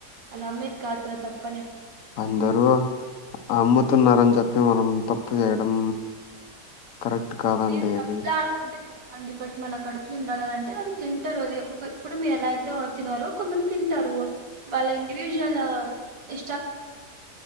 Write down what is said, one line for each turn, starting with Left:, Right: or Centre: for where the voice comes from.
Right: అలా అమ్మేది కాదు కదా తప్ప
Left: అందరు అమ్ముతున్నారని చెప్పి మనం తప్పు చేయడం కరెక్ట్ కాదండి
Right: మీరు తప్పులా
Left: అది
Right: అనుకుంటే తప్పు అండ్ <unintelligible> మన కడుపు నిండాలి అని అంటే అవి తింటారుది ఇప్పుడు మీరు ఎలాయి తినరో కొంతమంది తింటారు వాళ్ళ ఇండివిజువల్ ఎ